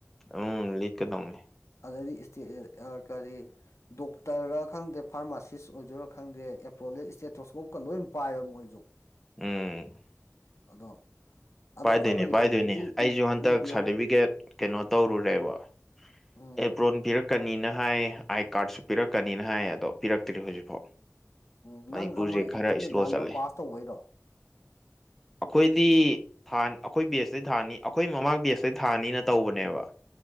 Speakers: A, in the centre; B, on the left (about 65°).
A: ꯎꯝ ꯂꯤꯛꯀꯗꯧꯅꯦ
B: ꯑꯗꯩꯗꯤ ꯏꯁꯇꯦ ꯑꯥ ꯀꯔꯤ ꯗꯣꯛꯇꯔ ꯈꯪꯗꯦ ꯐꯥꯔꯃꯥꯁꯤꯁ ꯑꯣꯏꯗꯣꯏꯔꯥ ꯈꯪꯗꯦ ꯑꯦꯄ꯭ꯔꯣꯜ ꯂꯤꯠ ꯏꯁꯇꯦꯇ꯭ꯔꯣꯁꯀꯣꯞꯀ ꯂꯣꯏ ꯄꯥꯏꯕ ꯃꯣꯏꯁꯨ
A: ꯎꯝ
B: ꯑꯗꯣ ꯑꯗꯣ
A: ꯄꯥꯏꯗꯣꯏꯅꯦ
B: ꯑꯩꯈꯣꯏ ꯃꯅꯤꯄꯨꯔꯗꯗꯤ
A: ꯄꯥꯏꯗꯣꯏꯅꯤ ꯑꯩꯁꯨ ꯍꯟꯗꯛ
B: ꯎꯗꯦꯕꯣ
A: ꯁꯥꯔꯇꯤꯐꯤꯀꯦꯠ ꯀꯩꯅꯣ ꯇꯧꯔꯨꯔꯦꯕ
B: ꯎꯝ
A: ꯑꯦꯄ꯭ꯔꯣꯟ ꯄꯤꯔꯛ ꯛꯀꯅꯤꯅ ꯍꯥꯏ ꯑꯥꯏ ꯀꯥꯔꯠꯁꯨ ꯄꯤꯔꯛꯀꯅꯤꯅ ꯍꯥꯏ ꯑꯗꯣ ꯄꯤꯔꯛꯇ꯭ꯔꯤ ꯍꯧꯖꯤꯛꯐꯥꯎ
B: ꯎꯝ
A: ꯃꯅꯤꯄꯨꯔꯁꯦ
B: ꯅꯪ ꯑꯃ ꯑꯦꯛꯖꯤꯠ
A: ꯈꯔ ꯏꯁꯂꯣ
B: ꯑꯦꯛꯖꯥꯝꯗꯣ
A: ꯆꯠꯂꯦ
B: ꯄꯥꯁ
A: ꯑꯩꯈꯣꯏꯗꯤ
B: ꯇꯧꯕꯩꯔꯣ
A: ꯊꯥꯅꯤ ꯑꯩꯈꯣꯏ ꯕꯦꯁꯇꯩ ꯊꯥꯅꯤ ꯑꯩꯈꯣꯏ ꯃꯃꯥꯡ ꯕꯦꯁꯇꯩ ꯊꯥꯅꯤꯅ ꯇꯧꯕꯅꯦꯕ